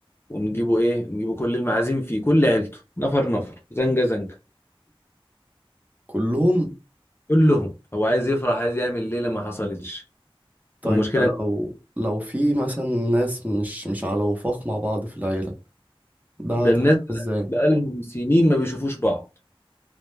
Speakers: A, on the left; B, on the right.
A: ونجيبه إيه نجيبه كل المعازيم فيه كل عيلته نفر نفر زنجة زنجة
B: كلهم
A: كلهم هو عايز يفرح عايز يعمل ليلة ما حصلتش
B: طيب
A: والمشكلة
B: ده لو لو في مثلا ناس مش مش على وفاق مع بعض في العيلة ده
A: ده
B: هتحقق
A: الناس
B: ازاي
A: بقالهم سنين ما بيشوفوش بعض